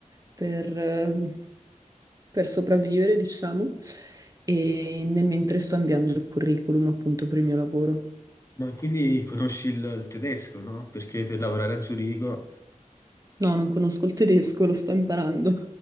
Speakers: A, on the right; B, on the left.
A: per... eh, per sopravvivere, diciamo, e nel mentre sto inviando il curriculum appunto per il mio lavoro.
B: Ma quindi conosci il, il tedesco, no? Perché per lavorare a Zurigo,
A: No, non conosco il tedesco, lo sto imparando.